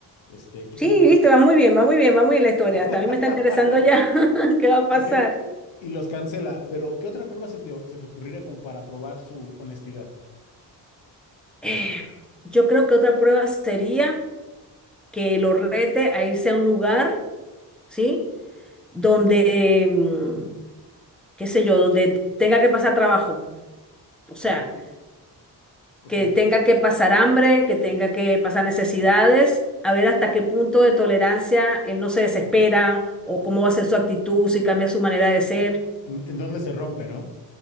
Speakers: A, on the left; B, in the centre.
A: Este, y
B: Sí,
A: con eso,
B: viste, va muy bien, va muy bien, va muy bien la historia. Hasta
A: <laughs>
B: a mí me está interesando ya <laughs> qué va a pasar.
A: ok, y los cancela, pero ¿qué otra prueba se te, se te ocurriría como para probar su honestidad?
B: Eh, yo creo que otra prueba sería que lo rete a irse a un lugar, ¿sí? Donde, mm, qué sé yo, donde tenga que pasar trabajo. O sea,
A: Ok, ok.
B: que tenga que pasar hambre, que tenga que pasar necesidades, a ver hasta qué punto de tolerancia él no se desespera o cómo va a ser su actitud, si cambia su manera de ser.
A: ¿En, en dónde se rompe, no?